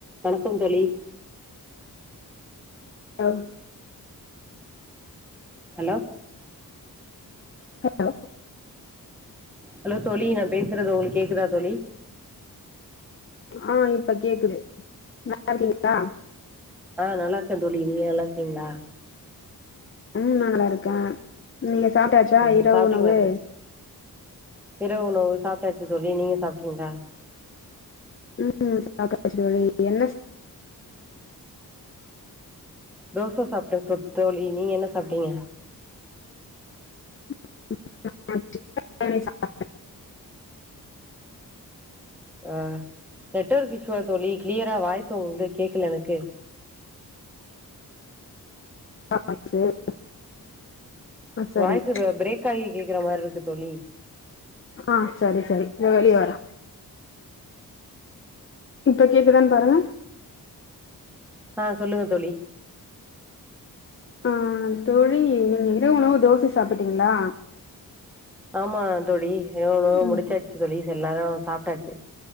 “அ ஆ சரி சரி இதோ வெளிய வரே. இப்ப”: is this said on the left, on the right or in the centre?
Left